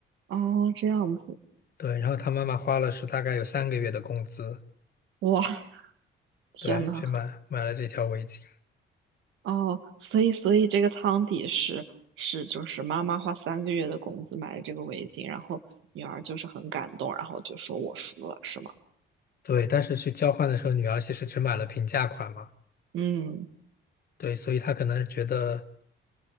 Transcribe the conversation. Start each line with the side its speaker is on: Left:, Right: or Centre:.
Right: 哦，这样子，
Left: 对，然后她妈妈花了是大概有三个月的工资，
Right: 哇，天呐！
Left: 对，去买买了这条围巾。
Right: 哦，所以所以这个汤底是是就是妈妈花三个月的工资买了这个围巾，然后女儿就是很感动，然后就说我输了，是吗？
Left: 对，但是去交换的时候，女儿其实只买了平价款嘛。
Right: 嗯，
Left: 对，所以他可能觉得